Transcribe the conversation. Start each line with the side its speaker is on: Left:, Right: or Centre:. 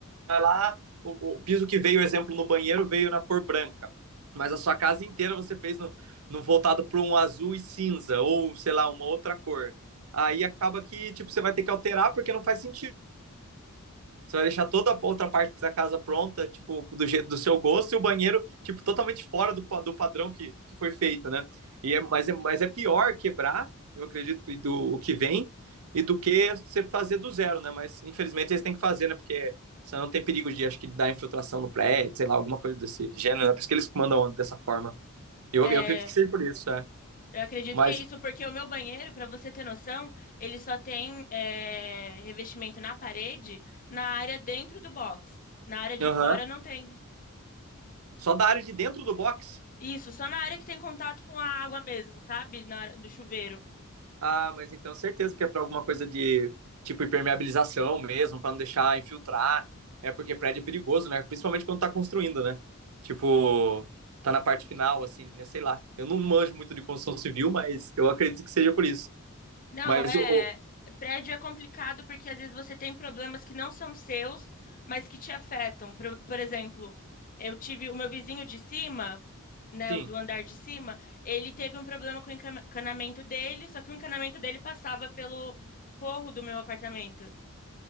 Right: vai lá, o, o piso que veio, exemplo, no banheiro veio na cor branca mas a sua casa inteira você fez no, no voltado para um azul e cinza, ou sei lá, uma outra cor. Aí acaba que tipo, você vai ter que alterar porque não faz sentido. Você vai deixar toda a outra parte da casa pronta, tipo, do jeito do seu gosto, e o banheiro, tipo, totalmente fora do, do padrão que, que foi feito, né? E é, mas, é, mas é pior quebrar, eu acredito, do o que vem, e do que você fazer do zero, né? Mas infelizmente eles têm que fazer, né? Porque você não tem perigo de, acho que, dar infiltração no prédio, sei lá, alguma coisa desse gênero, né? Por isso que eles mandam dessa forma. Eu,
Left: É,
Right: eu acredito que seja por isso, né?
Left: Eu acredito
Right: Mas,
Left: que é isso, porque o meu banheiro, para você ter noção, ele só tem eh, revestimento na parede, na área dentro do box. Na área de
Right: aham.
Left: fora
Right: Uhum.
Left: não tem.
Right: Só da área de dentro do box.
Left: Isso, só na área que tem contato com a água mesmo, sabe? Na área do chuveiro.
Right: Ah, mas então certeza que é para alguma coisa de tipo impermeabilização mesmo, para não deixar infiltrar. É porque prédio é perigoso, né? Principalmente quando tá construindo, né? Tipo, tá na parte final, assim, né? Sei lá. Eu não manjo muito de construção civil, mas eu acredito que seja por isso.
Left: Não,
Right: Mas
Left: é.
Right: o, o-
Left: Prédio é complicado porque às vezes você tem problemas que não são seus, mas que te afetam. Por, por exemplo, eu tive o meu vizinho de cima, né,
Right: sim,
Left: o do andar de cima, ele teve um problema com o encan- encanamento dele, só que o encanamento dele passava pelo forro do meu apartamento.